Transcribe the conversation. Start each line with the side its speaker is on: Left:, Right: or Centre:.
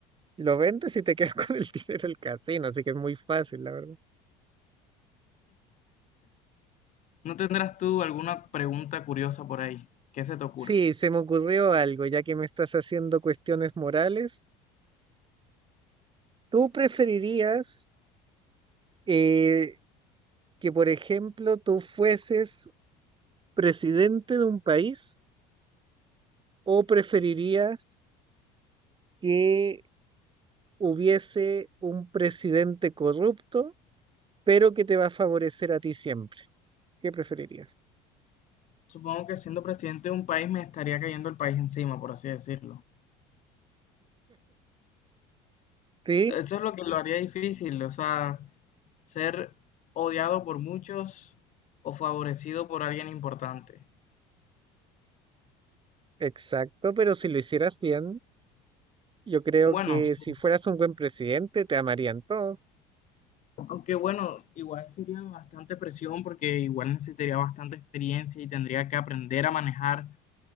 Right: Lo vendes y te quedas <laughs> con el dinero del casino, así que es muy fácil, la verdad.
Left: ¿No tendrás tú alguna pregunta curiosa por ahí? ¿Qué se te ocurre?
Right: Sí, se me ocurrió algo, ya que me estás haciendo cuestiones morales. ¿Tú preferirías eh, que, por ejemplo, tú fueses presidente de un país o preferirías que hubiese un presidente corrupto, pero que te va a favorecer a ti siempre? ¿Qué preferirías?
Left: Supongo que siendo presidente de un país me estaría cayendo el país encima, por así decirlo.
Right: Sí,
Left: Eso es lo que lo haría difícil, o sea, ser odiado por muchos o favorecido por alguien importante.
Right: exacto, pero si lo hicieras bien, yo creo
Left: Bueno,
Right: que
Left: sí,
Right: si fueras un buen presidente, te amarían todos.
Left: aunque bueno, igual sería bastante presión porque igual necesitaría bastante experiencia y tendría que aprender a manejar